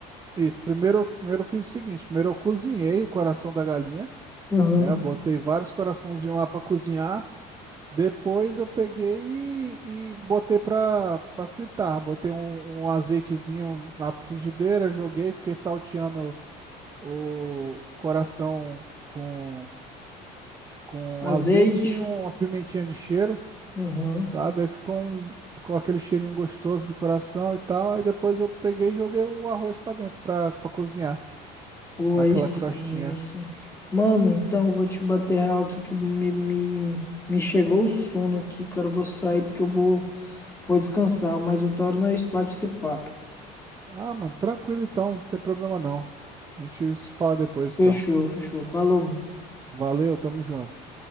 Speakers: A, on the right (about 20°); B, on the left (about 15°).
A: Isso, primeiro, eu- primeiro eu fiz o seguinte, primeiro eu cozinhei o coração da galinha,
B: Aham.
A: né? Eu botei vários coraçãozinhos lá para cozinhar. Depois eu peguei e, e botei para fritar. Botei um, um azeitezinho na frigideira, joguei, fiquei salteando o coração com, com
B: Azeite.
A: azeite e uma pimentinha de cheiro,
B: Aham.
A: sabe? Aí ficou, um, ficou aquele cheirinho gostoso de coração e tal. Aí depois eu peguei e joguei o arroz pra dentro pra, pra cozinhar,
B: Pô,
A: naquela
B: aí sim,
A: crostinha.
B: aí sim. Mano, então eu vou te bater real aqui que me, me, me chegou o sono aqui, cara. Eu vou sair porque eu vou. Vou descansar, mas eu torno a esse bate esse papo.
A: Ah, mano, tranquilo então, não tem problema não. A gente se fala depois
B: Fechou,
A: então.
B: fechou. Falou, mano.
A: Valeu, tamo junto.